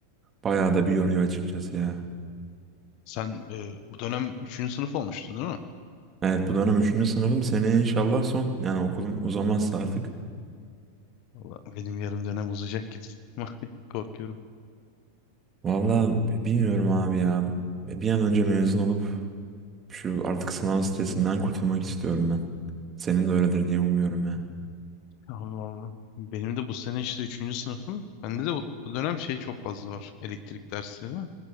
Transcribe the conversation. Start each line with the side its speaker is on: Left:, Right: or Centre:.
Right: bayağı da bir yoruyor açıkçası ya.
Left: Sen e, bu dönem üçüncü sınıf olmuştun değil mi?
Right: Evet bu dönem üçüncü sınıfım seneye inşallah son. Yani okulum uzamazsa artık.
Left: Vallahi benim yarım dönem uzayacak gibi. <laughs> Korkuyorum.
Right: Valla bilmiyorum abi ya. Bir an önce mezun olup şu artık sınav stresinden kurtulmak istiyorum ben. Senin de öyledir diye umuyorum ya.
Left: Ama vallahi. Benim de bu sene işte üçüncü sınıfım. Bende de bu, bu dönem şey çok fazla var. Elektrik dersleri.